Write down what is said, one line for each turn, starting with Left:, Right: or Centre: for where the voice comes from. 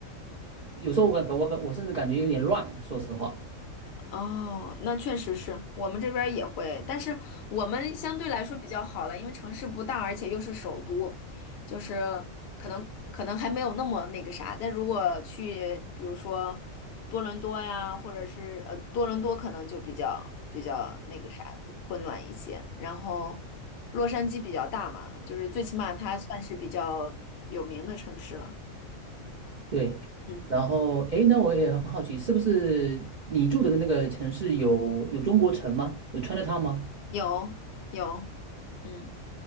Right: 有时候我感我感我甚至感觉有点乱，说实话。
Left: 哦，那确实是我们这边儿也会，但是我们相对来说比较好了，因为城市不大，而且又是首都，就是可能可能还没有那么那个啥。但如果去，比如说多伦多呀，或者是呃多伦多，可能就比较比较那个啥混乱一些。然后洛杉矶比较大嘛，就是最起码它算是比较有名的城市了。
Right: 对，
Left: 嗯，
Right: 然后哎，诶那我也很好奇，是不是你住的那个城市有有中国城吗？有 Chinatown 吗？
Left: 有有，嗯。